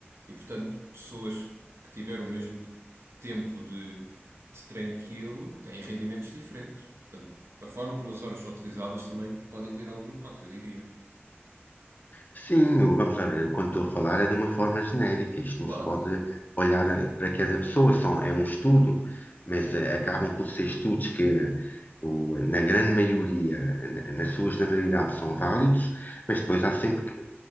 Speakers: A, on the right; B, on the left.
A: E, portanto, pessoas que tiveram o mesmo tempo de, de treino que ele têm rendimentos diferentes. Portanto, a forma como as horas são utilizadas também podem ter algum impacto, eu diria.
B: Sim, o- vamos lá ver, quando estou a falar é de uma forma genérica, isto não
A: Claro.
B: se pode olhar eh, para cada pessoa, são, é um estudo, mas eh, acabam por ser estudos que, o- na grande maioria, na, na sua generalidade, são válidos, mas depois há sempre, que-